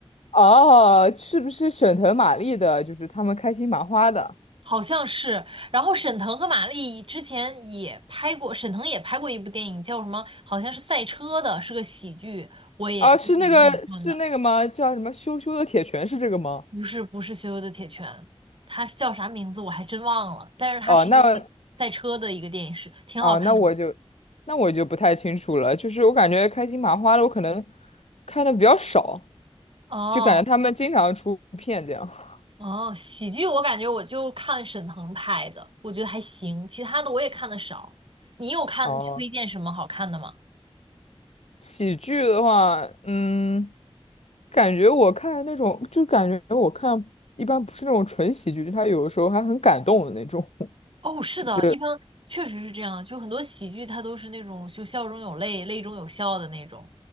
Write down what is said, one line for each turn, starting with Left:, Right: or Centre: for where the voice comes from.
Left: 哦，是不是沈腾、马丽的？就是他们开心麻花的。
Right: 好像是。然后沈腾和马丽之前也拍过，沈腾也拍过一部电影，叫什么？好像是赛车的，是个喜剧，我也最近影院看的。
Left: 啊，是那个是那个吗？叫什么羞羞的铁拳是这个吗？
Right: 不是不是《羞羞的铁拳》，它叫啥名字我还真忘了，但是它是一个赛车的一个电影，
Left: 哦，那
Right: 是挺好看的。
Left: 啊，那我就那我就不太清楚了。就是我感觉开心麻花的，我可能看的比较少，
Right: 哦
Left: 就感觉他们经常出片这样。
Right: 哦，喜剧我感觉我就看沈腾拍的，我觉得还行，其他的我也看的少。你有看推荐什么好看的吗？
Left: 哦，喜剧的话，嗯，感觉我看那种，就感觉我看一般不是那种纯喜剧，就他有的时候还很感动的那种。<laughs>
Right: 哦，是的，
Left: 就是。
Right: 一般确实是这样，就很多喜剧它都是那种就笑中有泪，泪中有笑的那种。